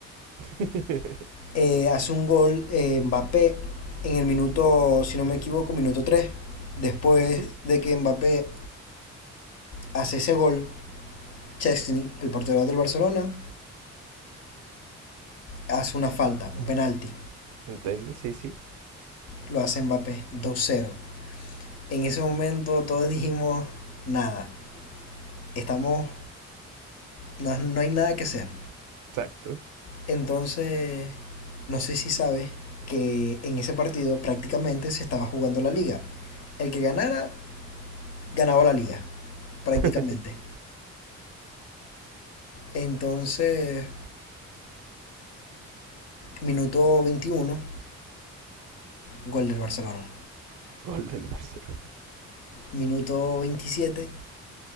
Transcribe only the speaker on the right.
<laughs>
Ujú.
Entiendo, sí, sí.
Exacto.
<laughs>
Gol del Barcelona.